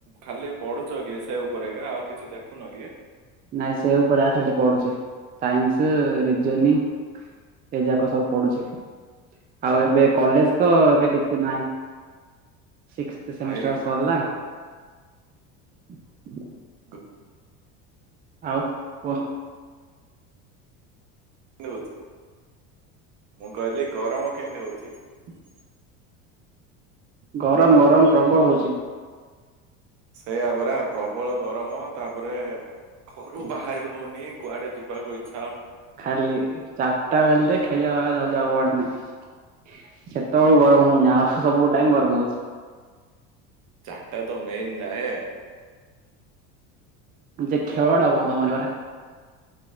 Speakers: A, on the right; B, on the right.
A: ଖାଲି ପଢୁଛ କି ସେ ଉପରେକା ଆଉ କିଛି ଦେଖୁନ କି?
B: ନାଇଁ ସେ ଉପରେ ଖାଲି ପଢୁଛି ସାଇନ୍ସ ରିଜନି ଏ ଯାକ ସବୁ ପଢୁଛି ଆଉ ଏବେ କଲେଜ ତ ଏବେ କିଛି ନହିଁ। ସିକ୍ସ୍
A: ଭାଇ
B: ସେମିଷ୍ଟର
A: କେମିତି
B: ସରିଲା। <inaudible>
A: କ
B: ଆଉ କୁହ
A: ନଭୂତି ମୁଁ କହିଲି ଗରମ କେମିତି ହଉଛି?
B: ଗରମ ଗ ଗରମ ପ୍ରବଳ ହେଉଛି।
A: ସେଇଆପରା ପ୍ରବଳ ଗରମ ତାପରେ ଘରୁ ବାହହାରି ହୋଉନି କୁଆଡେ ଯିବାକୁ ଇ
B: ଖାଲି ଚାରିଟା ବେଲେ ଖେଳିବା ବେଳେ ଯାଉ ଆଉ ହାରି ନ ସେତେବେଳୁ ଗରମ ହଉନି ଆ ସବୁ ଟାଇମ ଗରମ ହଉଛି।
A: ଚାରିଟା ତ ମେନ୍ ନା ହେଁ
B: ଯେ ଖେଳ ଟା ବନ୍ଦ ହବନି ପରା